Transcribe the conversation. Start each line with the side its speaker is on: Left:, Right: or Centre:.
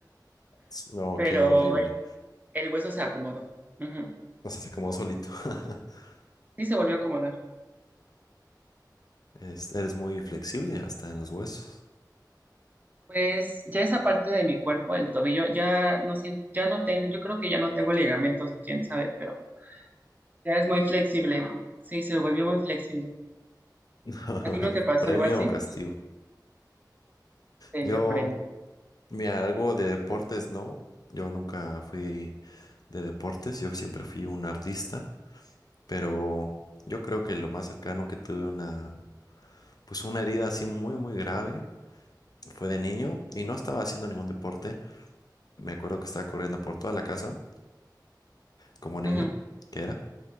Left: S- No,
Right: pero
Left: qué horrible.
Right: el hueso se acomodó. Ujú.
Left: O sea, se acomodó solito. <laughs>
Right: Sí se volvió a acomodar.
Left: Es- eres muy flexible hasta en los huesos.
Right: Pues ya esa parte de mi cuerpo, el tobillo, ya no siento, ya no tengo, yo creo que ya no tengo ligamentos o quién sabe, pero ya es muy flexible. Sí, se volvió muy flexible.
Left: <laughs>
Right: ¿A ti no te pasó
Left: Premio
Right: algo así?
Left: o castigo.
Right: Premio,
Left: Yo,
Right: premio.
Left: mira, algo de deportes, no. Yo nunca fui de deportes. Yo siempre fui un artista, pero yo creo que lo más cercano que tuve una, pues una herida así muy, muy grave. fue de niño y no estaba haciendo ningún deporte. Me acuerdo que estaba corriendo por toda la casa como niño,
Right: Ajá.
Left: que era.